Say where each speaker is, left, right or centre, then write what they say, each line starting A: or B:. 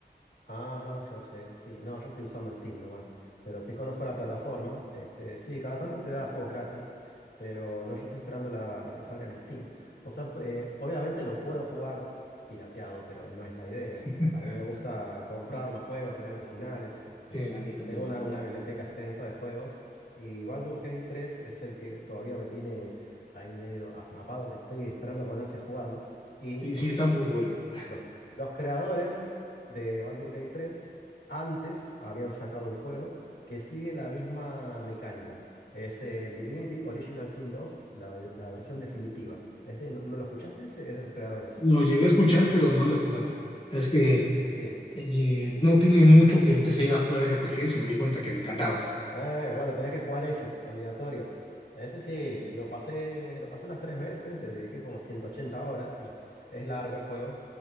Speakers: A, on the left; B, on the left.
A: Ajá, GOG, sí, no, yo estoy usando Steam nomás, pero sí conozco la plataforma, este, sí, cada tanto te da juegos gratis, pero no, yo estoy esperando la que salga en Steam. O sea, eh, obviamente lo puedo jugar pirateado, pero no es la idea.
B: <laughs>
A: A mí me gusta comprar los juegos también originales, este,
B: Sí, a mí también,
A: tengo una,
B: también.
A: una biblioteca extensa de juegos y Baldur's Gate 3 es el que todavía me tiene ahí medio atrapado, que estoy esperando con ansia jugarlo. Y
B: Sí,
A: los
B: sí, está muy bueno.
A: los, los creadores de Baldur's Gate 3 antes habían sacado un juego que sigue la misma mecánica. Es el Divinity Original Sin 2, la, de- la versión definitiva. Ese, ¿no, no lo escuchaste? Ese es de los creadores.
B: Lo llegué a escuchar, pero no lo he jugado. Es que
A: Sí.
B: eh, no tiene mucho que empecé a jugar RPGs y me di cuenta que
A: Ajá.
B: me encantaban.
A: Ah, bueno, tenés que jugar ese, obligatorio. Ese sí, lo pasé, lo pasé unas tres veces, le dediqué como 180 horas. <laughs> Es largo el juego.